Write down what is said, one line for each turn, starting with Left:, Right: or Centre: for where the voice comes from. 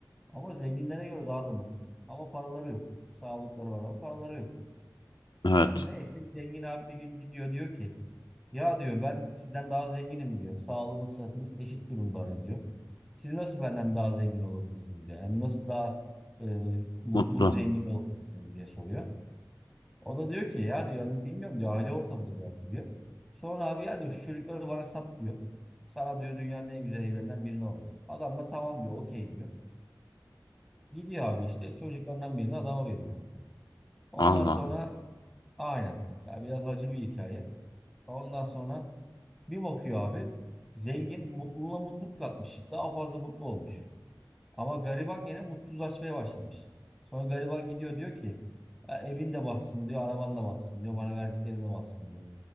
Centre: Ama zenginlere göre daha da mutlu. Ama paraları yok. Sağlıkları var ama paraları yok.
Left: evet.
Centre: <laughs> Neyse zengin abi bir gün gidiyor diyor ki ya diyor ben sizden daha zenginim diyor. Sağlığımız sıhhatimiz eşit durumda diyor. Siz nasıl benden daha zengin olabilirsiniz diyor. Yani nasıl daha e, mutluluk
Left: Mutlu.
Centre: zengini olabilirsiniz diye soruyor. O da diyor ki ya diyor hani bilmiyorum diyor aile ortamıdır belki diyor. Sonra abi ya diyor şu çocukları bana sat diyor. Sana diyor dünyanın en güzel evlerinden birini alayım. Adam da tamam diyor okey diyor. Gidiyor abi işte çocuklarından birini adama veriyor. Ondan
Left: Allah
Centre: sonra aynen ya biraz acı bir hikaye. Ondan sonra bir bakıyor abi zengin mutluluğuna mutluluk katmış. Daha fazla mutlu olmuş. Ama gariban gene mutsuzlaşmaya başlamış. Sonra gariban gidiyor diyor ki "Ya evin de batsın diyor, araban da batsın diyor, bana verdiklerine batsın diyor.